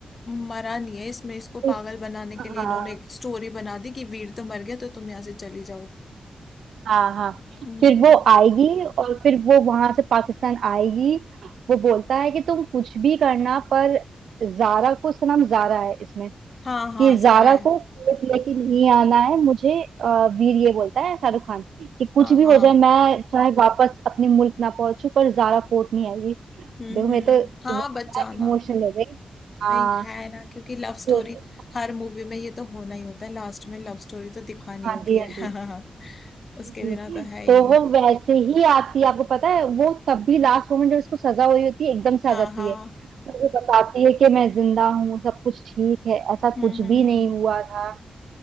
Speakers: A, on the left; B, on the right.
A: मरा नहीं है इसमें इसको पागल
B: फिर-
A: बनाने के लिए
B: हाँ
A: इन्होंने एक स्टोरी बना दी कि वीर तो मर गया तो तुम यहाँ से चली जाओ
B: हाँ हाँ
A: हम्म
B: फिर वो आएगी और फिर वो वहां से पाकिस्तान आएगी वो बोलता है कि तुम कुछ भी करना पर जारा को उसका नाम जारा है इसमें
A: हाँ हाँ
B: कि
A: जारा
B: जारा
A: है
B: को कोर्ट लेके नहीं आना है मुझे अ, वीर ये बोलता है शाहरुख खान कि कुछ
A: हाँ
B: भी
A: हाँ
B: हो जाए मैं चाहे वापस अपने मुल्क ना पहुंचू पर जारा कोर्ट नहीं आएगी
A: हम्म
B: देखो मैं
A: हम्म
B: तो
A: हाँ
B: वो
A: बच जाना
B: इमोशनल हो गई हाँ
A: भाई है ना क्योंकि लव
B: तो
A: स्टोरी
B: फिर
A: हर मूवी में ये तो होना ही होता है लास्ट में लव स्टोरी तो दिखानी
B: हाँ
A: होती
B: जी
A: है
B: हाँ
A: <laughs> हाँ,
B: जी
A: उसके
B: जी
A: बिना तो है ही
B: तो
A: नहीं
B: वो वैसे ही आती है आपको पता है वो तब भी लास्ट मोमेंट जब इसको सजा हुई होती है एकदम से
A: हाँ
B: आ जाती
A: हाँ
B: है फिर वो बताती है कि मैं जिंदा हूँ सब कुछ ठीक है ऐसा
A: हम्म
B: कुछ
A: हम्म
B: भी नहीं
A: हम्म
B: हुआ था